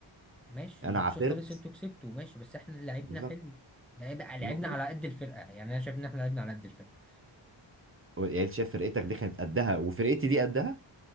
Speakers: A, in the centre; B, on the right.
A: ماشي
B: انا
A: الماتش
B: عثرت
A: خلص انتوا كسبتوا ماشي بس احنا لعبنا
B: بالظبط
A: حلو لعب- لعبنا
B: مبروك
A: على قد الفرقه يعني انا شايف ان احنا لعبنا على قد الفرقه
B: يعني أنت شايف فرقتك دي كانت قدها وفرقتي دي قدها